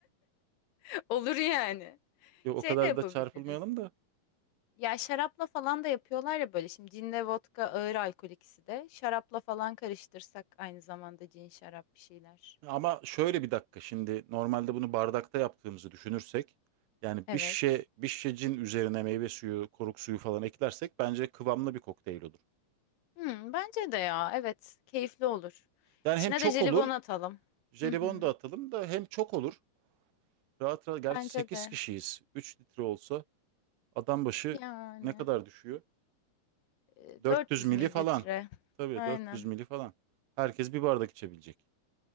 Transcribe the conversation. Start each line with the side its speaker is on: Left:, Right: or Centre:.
Left: <laughs> Olur yani.
Right: Yok
Left: Şey
Right: o kadar
Left: de yapabiliriz.
Right: da çarpılmayalım da.
Left: Ya şarapla falan da yapıyorlar ya böyle. Şimdi cinle vodka ağır alkol ikisi de. Şarapla falan karıştırsak aynı zamanda cin şarap bir şeyler.
Right: Ama şöyle bir dakika şimdi normalde bunu bardakta yaptığımızı düşünürsek yani
Left: Evet.
Right: bir şişe, bir şişe cin üzerine meyve suyu, koruk suyu falan eklersek bence kıvamlı bir kokteyl olur.
Left: Hmm, bence de ya. Evet. Keyifli olur.
Right: Yani
Left: İçine
Right: hem çok
Left: de jelibon
Right: olur,
Left: atalım.
Right: jelibon
Left: Hı hı.
Right: da atalım da hem çok olur. Rahat rahat gerçi
Left: Bence
Right: 8
Left: de.
Right: kişiyiz. üç litre olsa adam başı
Left: Yani.
Right: ne kadar düşüyor?
Left: e,
Right: 400
Left: 400
Right: mili
Left: mililitre.
Right: falan. Tabii
Left: Aynen.
Right: 400 mili falan. Herkes bir bardak içebilecek.